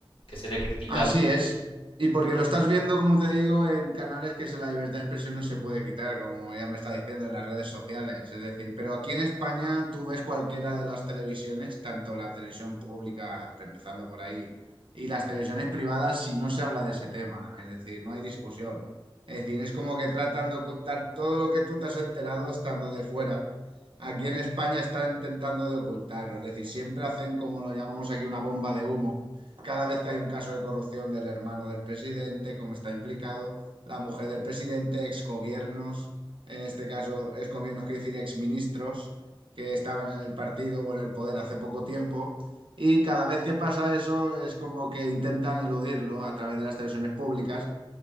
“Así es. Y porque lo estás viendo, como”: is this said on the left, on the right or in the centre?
Right